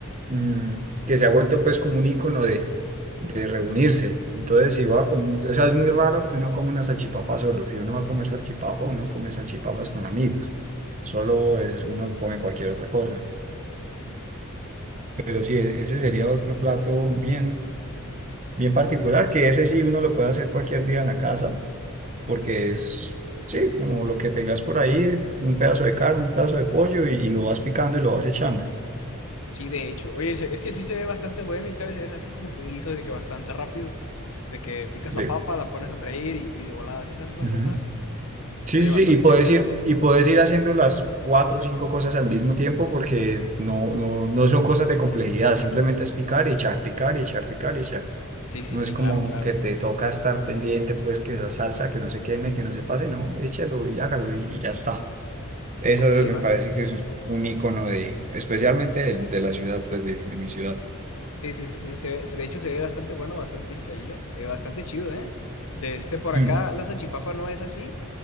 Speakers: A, on the right (about 35°); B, on the left (about 75°).
A: mm, que se ha vuelto pues como un icono de, de reunirse. Entonces, si va con, o sea, es muy raro que uno coma una salchipapa solo. Si uno va a comer salchipapa, uno come salchipapas con amigos. Solo es, uno come cualquier otra cosa. Pero sí, e- ese sería otro plato bien, bien particular, que ese sí uno lo puede hacer cualquier día en la casa, porque es, sí, como lo que tengas por ahí, un pedazo de carne, un pedazo de pollo y y lo vas picando y lo vas echando.
B: Sí, de hecho, oye, se- es que sí se ve bastante bueno y, ¿sabes? Es así como que un guiso de que bastante rápido, de que picas la
A: Sí.
B: papa, la pones a freír y, y de volada así, zas, zas,
A: Ujú.
B: zas, zas.
A: Sí,
B: Oye,
A: sí,
B: bastante
A: sí, y puedes
B: buena,
A: ir,
B: ¿eh?
A: y puedes ir haciendo las cuatro o cinco cosas al mismo tiempo porque no, no, no son cosas de complejidad, simplemente es picar y echar, picar y echar, picar y echar.
B: Sí, sí,
A: No
B: sí,
A: es como
B: claro, claro.
A: que te toca estar pendiente, pues que la salsa, que no se queme, que no se pase, no, échalo y hágalo y, y ya está. Eso
B: Ok,
A: me
B: va.
A: parece que es un icono de, especialmente de, de la ciudad, pues de, de mi ciudad.
B: Sí, sí, sí, sí, se ve- de hecho se ve bastante bueno, bastante increíble, eh, bastante chido, ¿eh? De este por
A: Mm,
B: acá la salchipapa no es así.